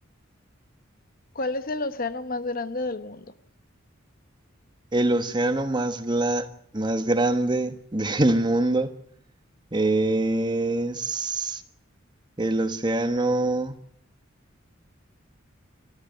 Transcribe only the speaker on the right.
El océano más, gla- más grande <laughs> del mundo es el océano